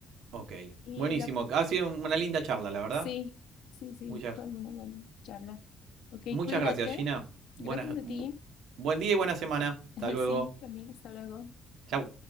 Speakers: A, on the right; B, on the left.
A: ok.
B: y
A: Buenísimo.
B: la,
A: Ha sido una linda charla, la verdad.
B: sí, sí, sí,
A: Muchas,
B: fue una buena charla. Ok,
A: muchas
B: cuídate,
A: gracias, Gina. Buenas,
B: gracias a
A: bu-
B: ti.
A: buen día y buena semana. Hasta
B: <laughs>
A: luego.
B: Sí, también, hasta luego.
A: Chau.